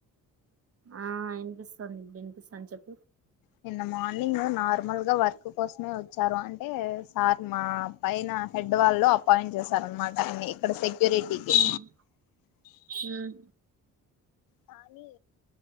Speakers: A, on the right; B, on the left.
A: ఆ వినిపిస్తాంది వినిపిస్తాంది చెప్పు
B: నిన్న మార్నింగ్ నార్మల్గా వ ర్క్ కోసమే వచ్చారు అంటే సార్ మా పైన హెడ్ వాళ్ళు అపాయింట్ చే శారన్నమాట ఇంగ ఇక్కడ సెక్యూరిటీకి
A: ఉమ్ ఉమ్
B: కానీ